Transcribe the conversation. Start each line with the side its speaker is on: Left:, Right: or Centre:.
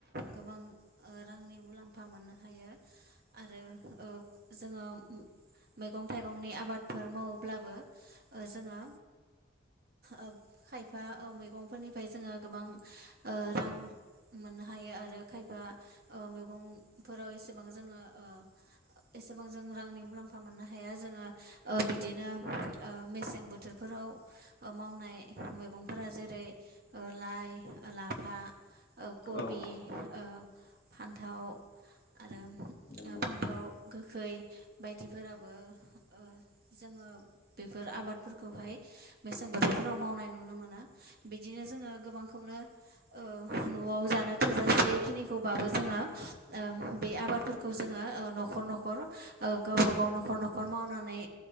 Right: गोबां रांनि मुलाम्फा मोननो हायो आरो ओ जोङो मैगं थाइगंनि आबादफोर मावोब्लाबो ओ जोङो ओ खायफा ओ मैगंफोरनिफ्राय जोङो ओ गोबां रां मोननो हायो आरो खायफा मैगंफोराव एसेबां जोङो ओ एसेबां जों रांनि मुलाम्फा मोननो हाया जोङो ओ बिदिनो ओ मेसें बोथोर औव ओ मावनाय मैगंफोरा जेरै ओ लाइ लाफा कबि
Left: औ
Right: ओ फान्थाव आरो
Left: नंगौ
Right: ओ फान्थाव गोखै बायदिफोराबो ओ जोङो बेफोर आबादफोरखौहाय बेसेन बोथोर फोराव मावनाय नुनो मोनो बिदिनो जोङो गोबांखौनो ओ
Left: नंगौ
Right: नआव जानो थोजासेखिनिखौबाबो जोङो ओ बे आबादफोरखौ जोङो ओ नखर नखर नखर ओ गावबा गाव न'खर नखर मावनानै